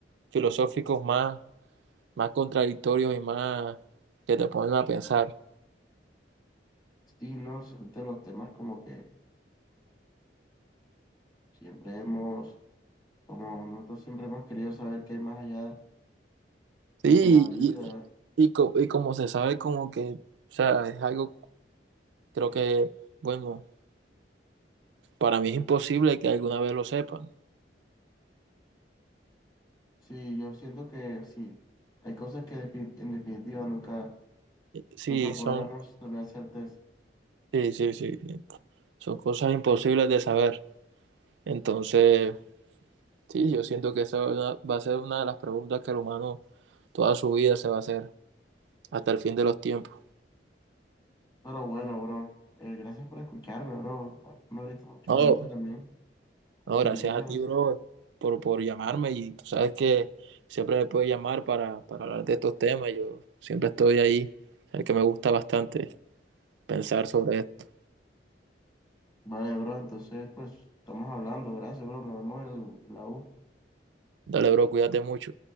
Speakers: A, on the right (about 80°); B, on the left (about 25°).
A: filosóficos más, más contradictorios y más que te ponen a pensar.
B: Sí, no, son de los temas como que siempre hemos, como nosotros siempre hemos querido saber qué hay más allá, pues,
A: Sí,
B: de la vida.
A: y, y, co- y como se sabe como que, o sea, es algo Creo que, bueno, para mí es imposible que alguna vez lo sepan.
B: Sí, yo siento que sí, hay cosas que defi- en definitiva nunca,
A: Sí,
B: nunca
A: son,
B: podremos tener certeza.
A: sí, sí, sí, sí. son cosas imposibles de saber. Entonces, sí, yo siento que esa va a- va a ser una de las preguntas que el humano toda su vida se va a hacer hasta el fin de los tiempos.
B: Pero bueno, bro, eh, gracias por escucharme, bro. Me abriste mucho
A: No,
B: la mente también con
A: no,
B: tus
A: gracias
B: ideas.
A: a ti, bro, por, por llamarme y tú sabes que siempre me puedes llamar para, para hablar de estos temas. Yo siempre estoy ahí, el que me gusta bastante pensar sobre esto.
B: Vale, bro, entonces, pues, estamos hablando. Gracias, bro. Nos vemos en el- en la U.
A: Dale, bro, cuídate mucho.